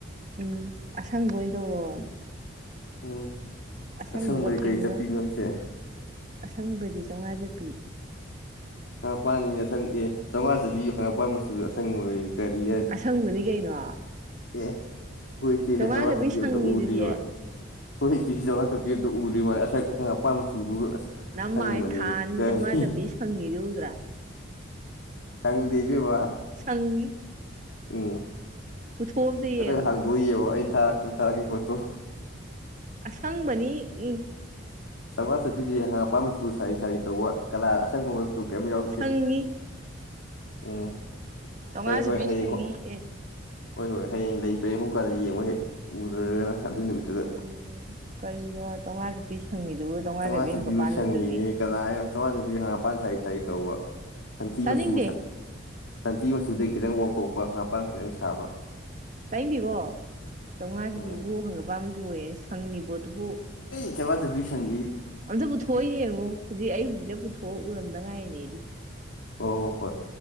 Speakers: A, on the right; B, on the left.
A: ꯎꯝ <unintelligible>
B: ꯎꯝ
A: ꯑꯁꯪꯕꯒ
B: ꯑꯁꯪꯕꯗꯤ ꯀꯔꯤ
A: ꯄꯤꯡꯒ
B: ꯆꯠꯄꯤꯅꯣ ꯍꯥꯏꯁꯦ
A: ꯑꯁꯪꯕꯗꯤ ꯆꯥꯃꯉꯥꯖꯠꯄꯤ
B: ꯉꯪ ꯄꯥꯟꯅꯤꯅꯦ ꯑꯁꯪ ꯑꯦ ꯆꯥꯝꯃꯉꯥꯁꯨ ꯄꯤꯌꯨ ꯍꯪ ꯄꯥꯟ ꯃꯆꯨ ꯑꯁꯪ ꯑꯣꯏ ꯀꯔꯤ ꯍꯥꯏꯅꯤ
A: ꯑꯁꯪꯕꯅꯤ ꯀꯩꯅꯣ
B: ꯑꯦ ꯍꯣꯏ ꯁꯤꯁꯦ
A: ꯆꯥꯝꯃꯉꯥ
B: ꯁꯋꯥ
A: ꯆꯠꯄꯤ
B: ꯁ ꯄꯤꯌꯣꯗ
A: ꯁꯪꯉꯤꯗꯨꯗꯤ
B: ꯎꯔ ꯍꯣꯏ ꯏ ꯆꯤꯖ ꯆ ꯄꯦꯇ ꯎꯔꯤꯕ ꯃ ꯑꯁꯛ ꯍꯪ ꯑꯄꯥ ꯁꯨꯗꯨ ꯑꯁ
A: ꯅꯃꯥꯏ
B: ꯑꯁꯪꯕꯅꯤ
A: ꯊꯥ ꯑꯅꯤ
B: ꯀꯔꯤ
A: ꯆꯥꯝꯃꯉꯥ ꯆꯠꯄꯤ ꯁꯪꯉꯤꯗꯨ ꯎꯗ꯭ꯔꯥ
B: ꯁꯪꯗꯦ ꯏꯕꯦꯝꯃ
A: ꯁꯪꯉꯤ
B: ꯎꯝ
A: ꯄꯨꯊꯣꯛꯑꯣ ꯑꯝꯇ
B: ꯇꯇ
A: ꯌꯦꯡꯉꯨ
B: ꯍꯥꯡꯗꯣꯛꯏꯑꯕꯣ ꯑꯩ ꯊꯥꯔꯛꯄ ꯊꯥꯔꯛꯈꯤ ꯄꯣꯠꯇꯣ
A: ꯑꯁꯪꯕꯅꯤ ꯎꯝ
B: ꯁꯃꯥꯖ ꯆꯠꯄꯤꯁꯤ ꯍꯪꯉꯥꯡ ꯑꯄꯥꯝ ꯃꯆꯨ ꯁꯥꯔꯤ ꯁꯥꯔꯤ ꯇꯧꯕ ꯀꯂꯥ ꯑꯁꯪꯕ ꯆꯨ ꯀꯃꯤ ꯌꯥꯎꯗꯤꯦ
A: ꯁꯪꯉꯤ
B: ꯎꯝ
A: ꯆꯥꯝꯃꯉꯥꯥꯁꯦ
B: ꯍꯣꯏ ꯍꯣꯏ
A: ꯄ
B: ꯍꯌꯦꯡ
A: ꯁꯪꯅꯤ ꯑꯦ
B: ꯍꯣꯏ ꯍꯣꯏ ꯍꯌꯦꯡ ꯂꯩ ꯄ꯭ꯔꯦꯡꯍꯨꯛꯀꯥꯟꯗ ꯌꯦꯡꯉ ꯍꯦꯛ ꯎꯗ꯭ꯔꯒꯅ ꯑꯗꯨꯏ ꯅꯨꯃꯤꯠꯇꯨꯗ
A: ꯀꯔꯤ ꯀꯔꯤꯅꯣ ꯇꯥꯉꯥꯁꯨꯄꯤ ꯁꯪꯉꯤꯗꯨꯕꯨ
B: ꯆꯥꯝꯃꯉꯥ
A: ꯆꯠꯄꯤ
B: ꯆꯄꯤꯌꯨ
A: ꯍꯪꯒꯄꯥꯟ
B: ꯁꯪꯉꯤ
A: ꯃꯆꯨꯅꯤ
B: ꯀꯅꯥꯅ ꯆꯥꯝꯃꯉꯥ ꯆꯟꯄꯤ ꯁꯪ ꯃꯄꯥꯥꯟ ꯁꯥꯔꯤ ꯁꯥ ꯇꯧꯕ ꯁꯟꯊꯤ
A: ꯇꯥꯅꯤꯡꯗꯦ
B: ꯃꯆꯨ ꯁꯟꯊꯤ ꯃꯆꯨ ꯑꯗꯨꯩ ꯈꯤꯇꯪ ꯋꯥꯥꯎꯊꯣꯛꯄ ꯉꯄꯥꯡ ꯈꯤꯇꯪ ꯁꯥꯕ
A: ꯇꯥꯏꯗꯤꯀꯣ ꯆꯥꯝꯃꯉꯥꯁꯨ
B: ꯎꯝ
A: ꯄꯤꯕ ꯍꯪꯒꯄꯥ ꯑꯃꯁꯨ ꯑꯣꯏꯌꯦꯦ ꯁꯪꯉꯤꯕꯣ ꯑꯗꯨꯕꯨ
B: ꯗꯕꯤ ꯆꯪ
A: ꯑꯝꯇ ꯄꯨꯊꯣꯛꯑ ꯌꯦꯡꯉꯣ ꯍꯧꯖꯤꯛ ꯑꯩ ꯍꯧꯖꯤꯛꯇ ꯄꯨꯊꯣꯛꯑ ꯎꯔꯝꯗ ꯉꯥꯏꯔꯤꯅꯦꯗꯤ
B: ꯍꯣꯏ ꯍꯣꯏ ꯍꯣꯏ